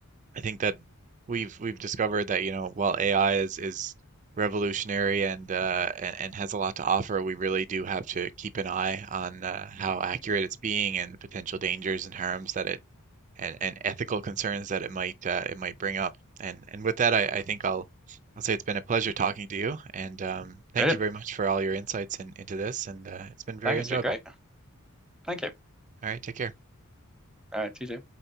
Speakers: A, on the right; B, in the centre.
A: I think that we've we've discovered that, you know, while AI is is revolutionary and uh and, and has a lot to offer, we really do have to keep an eye on uh, how accurate it's being and the potential dangers and harms that it and, and ethical concerns that it might uh, it might bring up. And and with that, I, I think I'll I'll say it's been a pleasure talking to you, and um, thank
B: Brilliant.
A: you very much for all your insights in, into this, and uh, it's been very
B: Thank you. It's
A: enjoyable.
B: been great. Thank you.
A: All right, take care.
B: All right, TJ.